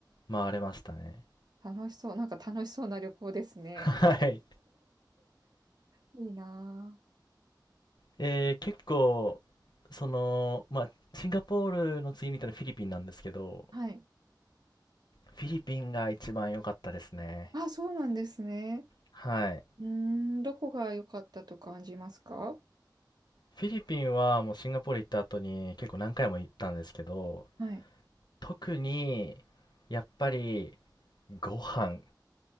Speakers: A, on the left; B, on the right.
A: 回れましたね。
B: 楽しそう。なんか楽しそうな旅行ですね。
A: はい。
B: いいなあ。
A: えー結構、その、まあ、シンガポールの次に行ったのはフィリピンなんですけど、
B: はい。
A: フィリピンが一番良かったですね。
B: あ、そうなんですね。
A: はい。
B: うーん、どこが良かったと感じますか
A: フィリピンはもうシンガポール行った後に結構何回も行ったんですけど、
B: はい。
A: 特に、やっぱり、ご飯。